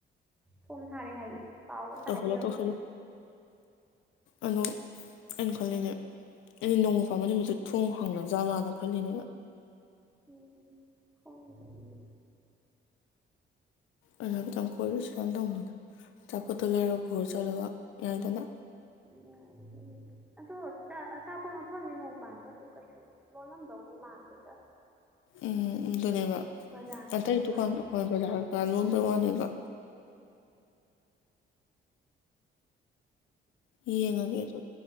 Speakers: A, in the centre; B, on the left (about 80°).
A: ꯐꯣꯝ ꯊꯥꯔꯦ ꯍꯥꯏꯌꯦ ꯄꯥꯎꯒ ꯑꯝꯇ
B: ꯇꯧꯁꯜꯂꯣ
A: ꯍꯥꯏꯕꯤꯔꯛꯄꯅꯦ
B: ꯇꯧꯁꯜꯂꯣ ꯑꯗꯣ ꯑꯩꯅ ꯈꯜꯂꯤꯅꯦ ꯑꯩꯅ ꯅꯣꯡꯃ ꯄꯥꯟꯕꯝꯕ ꯅꯨꯃꯤꯠꯇ ꯊꯣꯡ ꯍꯥꯡꯅ ꯖꯥꯠꯂꯥꯅ ꯈꯜꯂꯤꯅꯦꯕ
A: ꯎꯝ ꯍꯗꯤ
B: ꯑꯗꯨ ꯍꯥꯏꯐꯦꯠꯇꯪ ꯀꯣꯏꯔꯨꯁꯤ ꯔꯟ ꯇꯧꯅꯤꯅ ꯑꯆꯥꯄꯣꯠꯇꯣ ꯂꯩꯔꯒ ꯔ ꯆꯠꯂꯒ ꯌꯥꯗꯅ
A: ꯌꯥ ꯑꯗꯣ ꯑꯆꯥꯞꯄ ꯃꯐꯝꯅꯤ ꯅꯅꯨꯡ ꯃ ꯄꯥꯟꯕ ꯑꯗꯨꯝ ꯀꯩꯁꯨ ꯂꯣꯜꯂꯝꯗꯧꯗꯤ ꯃꯥꯟꯗꯦꯗ
B: ꯎꯝ ꯑꯗꯨꯅꯦꯕ
A: ꯕꯖꯥꯔ ꯃꯅꯨꯡ
B: ꯑꯇꯩ
A: ꯀꯀꯥ
B: ꯗꯨꯀꯥꯟꯗ
A: ꯂꯣꯜꯂꯁꯨ
B: ꯍꯣꯏ ꯕꯖꯥꯔꯒ ꯂꯣꯟꯕꯩ ꯋꯥꯅꯦꯕ
A: ꯎꯝ,
B: ꯍ ꯉꯒꯦ